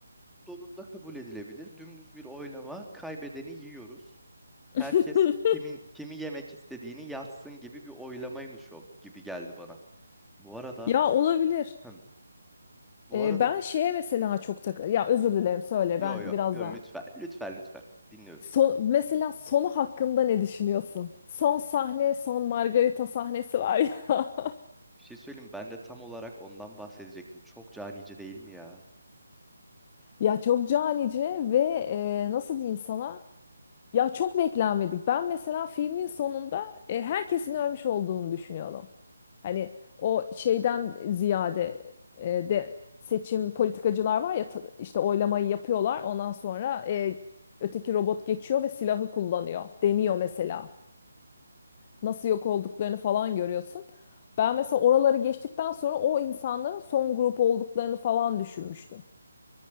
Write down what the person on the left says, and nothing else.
<laughs>
Ya olabilir.
Ee,
ben
şeye mesela çok tak ya özür dilerim söyle
ben
biraz
daha.
Son, mesela sonu hakkında ne düşünüyorsun? Son sahne, son Margarita sahnesi var ya. <laughs>
Ya çok canice ve e, nasıl diyeyim sana? Ya çok beklenmedik. Ben mesela filmin sonunda e, herkesin ölmüş olduğunu düşünüyorum. Hani o şeyden ziyade e, de seçim politikacılar var ya ta- işte oylamayı yapıyorlar. Ondan sonra e, öteki robot geçiyor ve silahı kullanıyor. Deniyor mesela. Nasıl yok olduklarını falan görüyorsun. Ben mesela oraları geçtikten sonra o insanların son grup olduklarını falan düşünmüştüm.